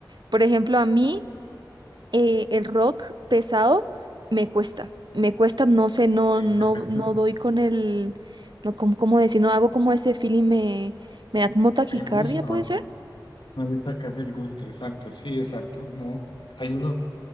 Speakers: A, on the right (about 70°); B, on the left (about 90°).
A: por ejemplo, a mí eh, el rock pesado me cuesta, me cuesta, no sé, no,
B: Eh,
A: no,
B: te cuesta
A: no doy con el, no, como, cómo decir, no hago como ese feeling, me, me da como taquicardia,
B: el gusto,
A: ¿puede
B: ¿no?
A: ser?
B: No le sacas el gusto, exacto, sí, exacto, no. Hay unos